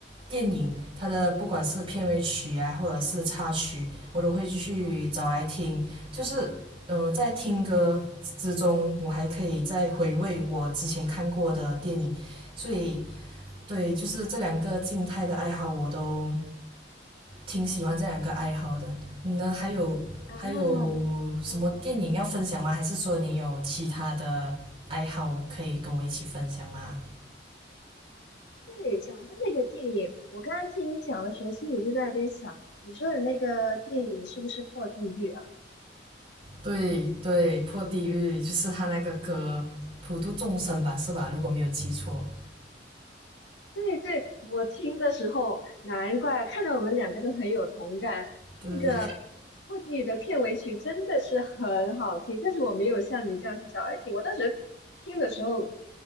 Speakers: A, on the right; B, on the left.
A: 电影，它的不管是片尾曲啊，或者是插曲，我都会继续找来听。就是呃，在听歌之中，我还可以再回味我之前看过的电影，所以对，就是这两个静态的爱好，我都挺喜欢这两个爱好的。你呢？还有还有什么电影要分享吗？
B: 啊，嗯，
A: 还是说你有其他的爱好可以跟我一起分享吗？
B: 对，讲的那个电影，我刚刚听你讲的时候，心里就在那边想，你说的那个电影是不是破地狱啊？
A: 对对，破地狱就是他那个歌，普度众生吧，是吧？如果没有记错，
B: 对对，我听的时候，难怪看到我们两个都很有同感。
A: 对
B: 那个破地狱的片尾曲真的是很好听，但是我没有像你这样去找来听。我当时听的时候